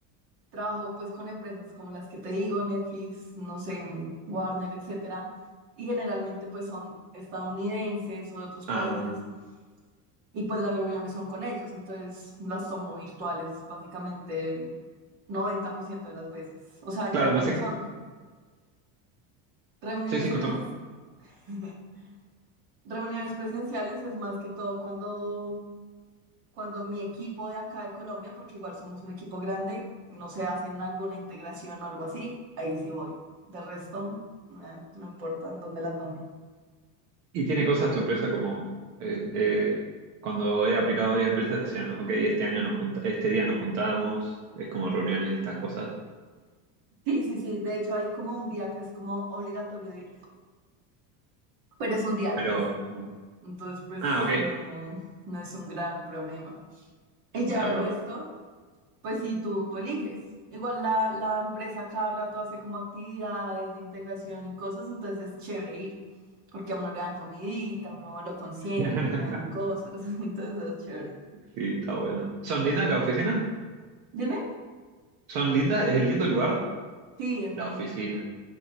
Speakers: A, on the right; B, on the right.
A: trabajo pues con empresas como las que te digo, Netflix, no sé, mm, Warner, etcétera. Y generalmente pues son estadounidenses o de otros países
B: Ah.
A: y pues las reuniones son con ellos. Entonces las tomo virtuales básicamente el 90% de las veces. O sea,
B: Claro,
A: ya cuando
B: pensé que
A: son reuniones
B: soy psicólogo.
A: presenciales. <laughs> Reuniones presenciales es más que todo cuando, cuando mi equipo de acá de Colombia, porque igual somos un equipo grande, no se hacen alguna integración o algo así, ahí sí voy. De resto, eh, no importa en dónde la tome.
B: ¿Y tiene cosas tu empresa como eh, eh, cuando he aplicado a varias empresas decían, ok, este año nos junta, este día nos juntamos, es como reuniones y estas cosas.
A: Sí, sí, sí, de hecho hay como un día que es como obligatorio ir, pero es un día al
B: Pero,
A: mes.
B: mm,
A: Entonces, pues
B: ah, ok,
A: no, no es un gran problema. Y ya
B: claro,
A: de
B: claro.
A: resto. Pues sí, tú, tú eliges. Igual la, la empresa cada rato hace como actividades de integración y cosas, entonces es chévere ir, porque a uno le dan comidita, a uno lo consienten,
B: <laughs>
A: le dan cosas, <laughs> entonces es chévere.
B: Sí, está bueno. ¿Son lindas las oficinas?
A: Dime,
B: ¿Son lindas? ¿Es el lindo el lugar?
A: sí, es
B: La
A: bonito.
B: oficina.